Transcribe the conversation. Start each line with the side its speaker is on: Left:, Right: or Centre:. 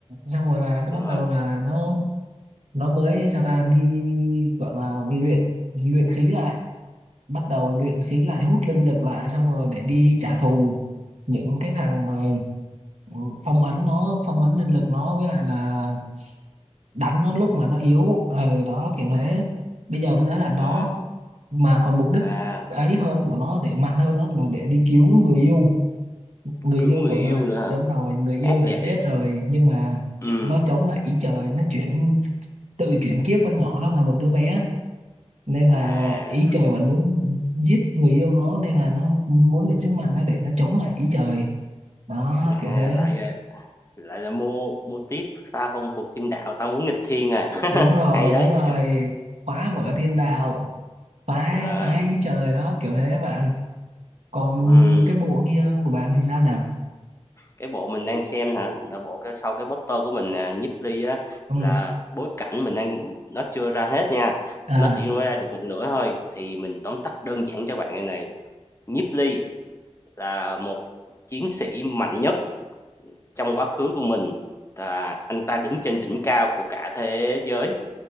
Right: xong rồi là cái
Left: đúng
Right: bắt
Left: rồi
Right: đầu là nó nó mới sao ta đi gọi là luyện luyện khí lại bắt đầu luyện khí lại hút linh lực lại xong rồi để đi trả thù những cái thằng mà ừ, phong ấn nó phong ấn linh lực nó với lại là đánh nó lúc mà nó yếu ờ đó kiểu thế bây giờ mới tới đoạn đó
Left: à
Right: mà còn mục đích
Left: à
Right: ấy hơn của nó để mạnh hơn nó là để đi cứu người yêu người
Left: cứu
Right: yêu
Left: người
Right: của
Left: yêu
Right: nó
Left: nữa hả
Right: đúng rồi người yêu
Left: ác
Right: đã
Left: vậy
Right: chết rồi nhưng mà
Left: ừ
Right: nó chống lại ý trời nó chuyển tự chuyển kiếp con nhỏ nó vào một đứa bé nên là
Left: à,
Right: ý trời vẫn muốn giết người yêu nó nên là nó muốn mượn sức mạnh nó để nó chống lại ý trời đó kiểu
Left: à
Right: thế
Left: lại à, lại là mua mua tiếp tao không phục thiên đạo tao muốn nghịch thiên à
Right: đúng rồi
Left: hay đấy
Right: đúng rồi phá vỡ thiên đạo phá
Left: à,
Right: phá ý trời đó kiểu thế bạn còn
Left: ừm.
Right: cái bộ kia của bạn thì sao nhỉ
Left: cái bộ mình đang xem hả là bộ cái sau cái poster của mình à, nhiếp ly á
Right: ừ
Left: là bối cảnh mình đang nó chưa ra hết nha
Right: à
Left: nó chỉ mới ra được một nửa thôi thì mình tóm tắt đơn giản cho bạn này này nhiếp ly là một chiến sĩ mạnh nhất trong quá khứ của mình là anh ta đứng trên đỉnh cao của cả thế giới